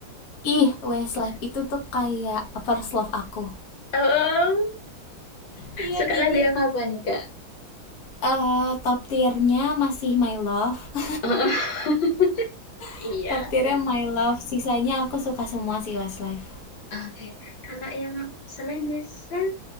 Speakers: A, on the left; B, on the left.
A: Ih, Westlife itu tuh kayak first love aku.
B: Em,
A: Iya,
B: suka
A: jadi
B: lagu yang apa nih, Kak?
A: eh top tiernya masih My Love.
B: <laughs>
A: <laughs>
B: Iya.
A: Top tiernya My Love. Sisanya aku suka semua sih Westlife.
B: Oke. Kalau yang selain Zack,